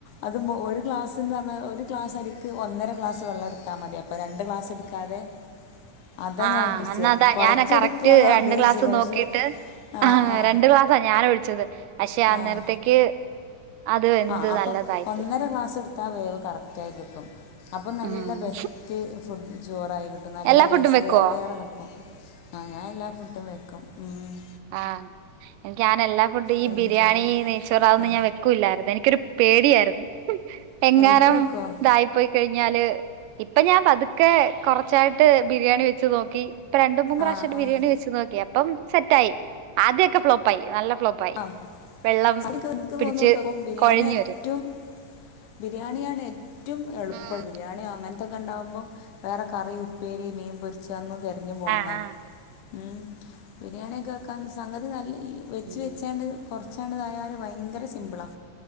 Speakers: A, on the left; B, on the right.
A: അത് ഒരു ക്ലാസ്സ്ന്ന് പറഞ്ഞാ ഒരു ക്ലാസ്സ് അരിക്ക് ഒന്നര <unintelligible> ക്ലാസ്സ്‌ വെള്ളം എടുത്താ മതി അപ്പോ രണ്ട് ക്ലാസ്സ്‌ എടുക്കാതെ അതാ
B: ആ
A: ഞാൻ ഉദ്ദേശിച്ചത്
B: അന്നതാ
A: കുറച്ചെടുക്കാന്നാ
B: ഞാൻ കറക്റ്റ് രണ്ട്
A: ഉദ്ദേശിച്ചത്
B: ക്ലാസ് നോക്കിട്ട്,
A: പക്ഷെ ആ
B: ആഹ
A: ആ
B: രണ്ട് ക്ലാസ്സാ ഞാൻ ഒഴിച്ചത് പക്ഷെ അന്നേരത്തേക്ക്,
A: ആ
B: അത് വെന്ത്
A: ആ അപ്പൊ
B: നല്ലതായിപ്പോയി
A: ഒന്നര ഗ്ലാസ് ഇട്ത്താ വേവ് കറക്റ്റ ആയി കിട്ടും. അപ്പൊ നല്ല
B: ഉം
A: ബെസ്റ്റ് ഫുഡ് ചോറായി കിട്ടും നല്ല
B: എല്ലാ ഫുഡും
A: റൈസ്
B: വെക്കുവോ
A: വേറെ വേറെ നിൽക്കും. ആ ഞാൻ എല്ലാ ഫുഡും വെക്കും മം.
B: ആഹ് എനിക്ക് ഞാൻ എല്ലാ ഫുഡും ഈ
A: വെറും
B: ബിരിയാണി
A: ചോറ്
B: നെയ്ച്ചോർ അതൊന്നും
A: ആ
B: ഞാൻ വെക്കൂല്ലായിരുന്നു എനിക്കൊരു പേടിയായിരുന്നു എങ്ങാനും
A: ഇപ്പോൾ വെക്കുമോ
B: ഇതായിപ്പോയി കഴിഞ്ഞാല് ഇപ്പൊ ഞാൻ പതുക്കെ കുറച്ചായിട്ട് ബിരിയാണി വെച്ച് നോക്കി ഇപ്പ രണ്ട് മൂന്ന് പ്രാവശം
A: ആ
B: <unintelligible>
A: ആ
B: ബിരിയാണി വെ നോക്കി അപ്പം സെറ്റായി ആദൊക്കെ ഫ്ലോപ്പായി നല്ല ഫ്ലോപ്പായി
A: ആ <unintelligible>
B: വെള്ളം
A: എനിക്ക്
B: പിടിച്ച്
A: തോന്നൂട്ടോ ബിരിയാണി
B: കൊഴഞ്ഞ്
A: ഏറ്റവും
B: വരും
A: ബിരിയാണിയാണ്. റ്റവും എളുപ്പം
B: ഉം
A: ബിരിയാണി അങ്ങനത്തൊക്കെ ഉണ്ടാകുമ്പോൾ വേറെ കറി ഉപ്പേരി മീൻ പൊരിച്ചന്നും തെരഞ്ഞു പോണ്ട
B: ആഹ് ആഹ്
A: ഉം ബിരിയാണിയൊക്കെ വെക്കാൻ സംഗതി നല്ല ഈ വെച്ച്
B: ഉം
A: വെച്ചാണ്ട് കുറച്ചാണ്ട്തായാൽ ഭയങ്കര സിമ്പിളാ